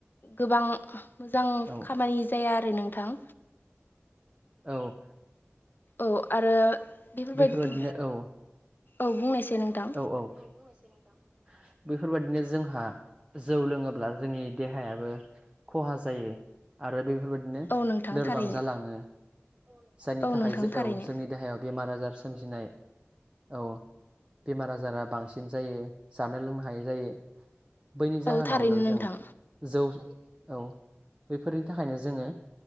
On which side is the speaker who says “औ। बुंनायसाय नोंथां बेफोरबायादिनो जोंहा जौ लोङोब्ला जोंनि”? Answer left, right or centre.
Right